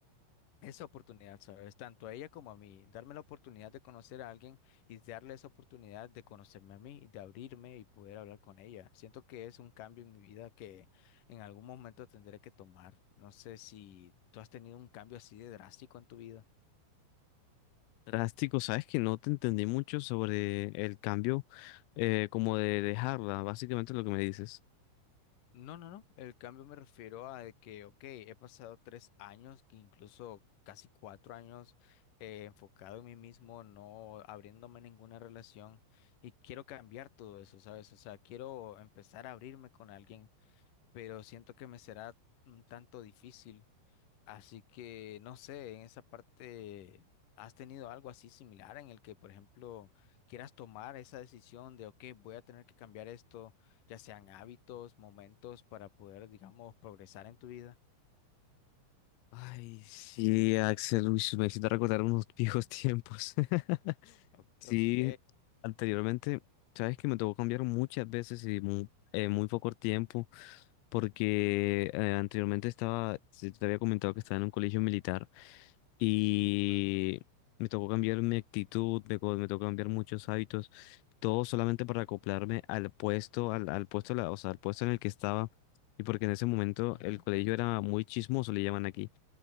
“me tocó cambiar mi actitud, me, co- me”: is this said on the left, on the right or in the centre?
Left